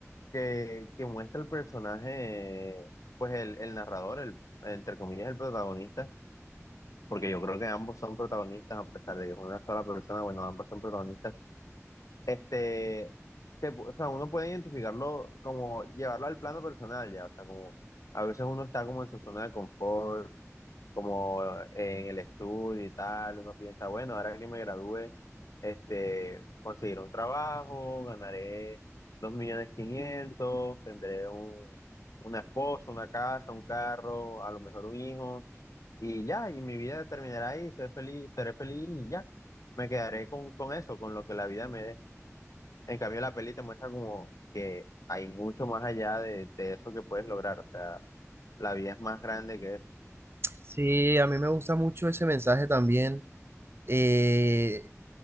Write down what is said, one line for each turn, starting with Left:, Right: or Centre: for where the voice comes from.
Left: que, que muestra el personaje, pues el, el narrador, el, entre comillas el protagonista, porque yo creo que ambos son protagonistas, a pesar de que es una sola persona, bueno, ambos son protagonistas este, se pu- o sea, uno puede identificarlo como llevarlo al plano personal, ya, o sea, como a veces uno está como en su zona de confort, como en el estudio y tal, uno piensa, bueno, ahora que me gradúe, este, conseguiré un trabajo, ganaré dos millones quinientos, tendré un, una esposa, una casa, un carro, a lo mejor un hijo, y ya, y mi vida terminará ahí, seré feliz, seré feliz y ya, me quedaré con, con eso, con lo que la vida me dé. En cambio, la peli te muestra como que hay mucho más allá de, de eso que puedes lograr. O sea, la vida es más grande que eso.
Right: Sí, a mí me gusta mucho ese mensaje también, eh,